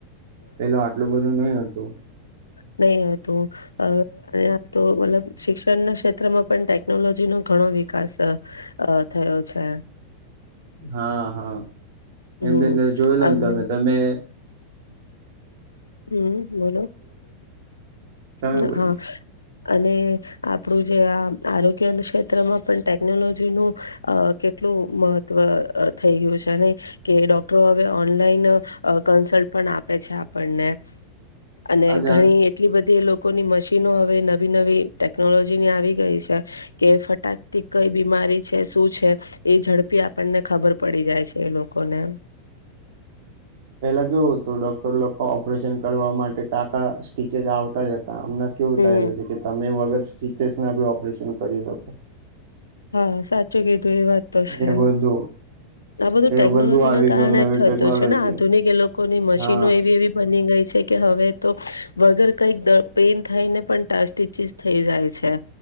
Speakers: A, on the right; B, on the left.
A: પેલો આટલું બધું નઈ હતું.
B: નહીં હતું. અ આ તો મતલબ શિક્ષણના ક્ષેત્રમાં પણ ટેકનોલોજીનો ઘણો વિકાસ થયો થયો છે.
A: હા, હા.
B: હમ
A: એમ કે કે જોઈ લો
B: અને
A: ન તમે, તમે
B: હમ બોલો,
A: તમે
B: ના
A: બોલો
B: હા. અને, આપણું જે આ આરોગ્યના ક્ષેત્રમાં પણ ટેકનોલોજીનું અ કેટ કેટલું, મહત્વ અ થઈ ગ્યું છે નહીં? કે ડોક્ટરો હવે ઓનલાઈન કન્સલ્ટ પણ આપે છે આપણને. અને
A: આગળ
B: ઘણી એટલી બ ધી, એ લોકોની મશીનો હવે નવી નવી ટેકનોલોજીની આવી ગઈ છે, કે ફટાકથી કઈ બીમારી છે, શું છે, એ ઝડપી આપણને ખબર પડી જાય છે, એ લોકોને.
A: પેલા કેવું હતું, ડોક્ટર લોકો ઓપરેશન કરવા માટે ટાંકા સ્ટીચ ઝ આવતા જ હ તા. અમના કેવું
B: હમ.
A: થયેલું છે કે તમે વગર સ્ટીચીઝના બી ઓપરેશન કરી શકો.
B: હા, સાચું કીધું. એ વાત તો છે.
A: એ બધું
B: આ બધું
A: એ
B: ટેકનોલોજીના
A: આવી
B: કારણે
A: ગયું નવી
B: જ થતું
A: ટેકનોલોજી
B: છે ને. આધુનિક એ લોકોની મશીનો
A: હા
B: એવી એવી બની ગઈ છે, કે હવે તો વગર કંઈક દ પેઈન થઈને પણ ટ સ્ટીચીઝ થઈ જાય છે.